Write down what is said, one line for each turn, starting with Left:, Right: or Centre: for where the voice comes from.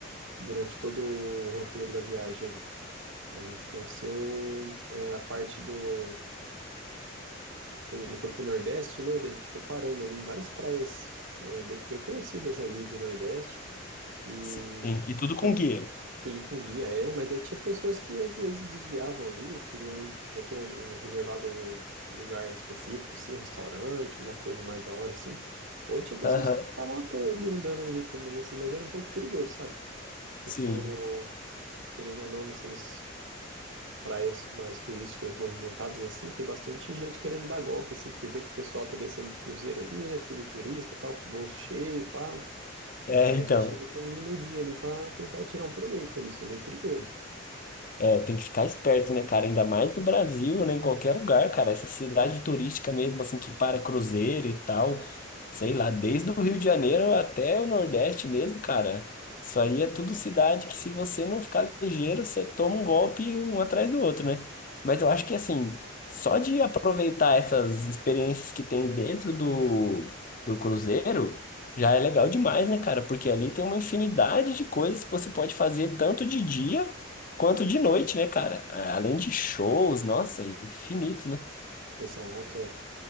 Right: durante todo o roteiro da viagem ali, a gente conheceu é, a parte do Foi, ele foi pro Nordeste, né? Daí a gente foi parando ali em várias praias é, bem, bem conhecidas ali do Nordeste. E
Left: Sim, e tudo
Right: tinha
Left: com
Right: o-
Left: guia.
Right: tudo com guia, é, mas aí tinha pessoas que às vezes desviavam ali, queriam ir, já tinham um, um reservado algum lugar específico, assim, um restaurante, uma coisa mais da hora, assim. Ou tinha pessoas
Left: Aham,
Right: que ficavam à toa ali andando ali também, assim, mas era um pouco perigoso, sabe? Porque
Left: sim.
Right: eu, querendo ou não, nessas praias mais turísticas movimentadas assim, tem bastante gente querendo dar golpe, assim, porque vê que o pessoal tá descendo do cruzeiro ali, né? Tudo turista, tal, com o bolso cheio, pá.
Left: É,
Right: A galera
Left: então.
Right: já chega querendo iludir ali pra tentar tirar um proveito ali, isso é meio perigoso.
Left: É, tem que ficar esperto, né, cara? Ainda mais no Brasil, né? Em qualquer lugar, cara. Essa cidade turística mesmo, assim, que para cruzeiro e tal. Sei lá, desde o Rio de Janeiro até o Nordeste mesmo, cara. Isso aí é tudo cidade que se você não ficar ligeiro, você toma um golpe um atrás do outro, né? Mas eu acho que, assim, só de aproveitar essas experiências que tem dentro do, do cruzeiro, já é legal demais, né, cara? Porque ali tem uma infinidade de coisas que você pode fazer tanto de dia quanto de noite, né, cara? Ah, Além de shows, nossa, infinito, né?
Right: Exato, é.